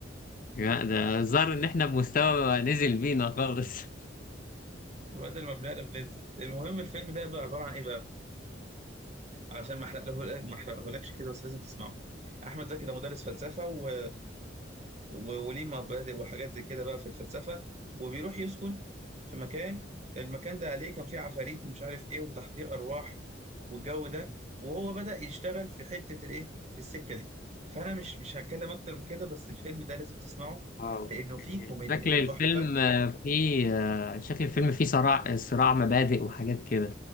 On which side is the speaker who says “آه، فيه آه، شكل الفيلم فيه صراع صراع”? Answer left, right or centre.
Left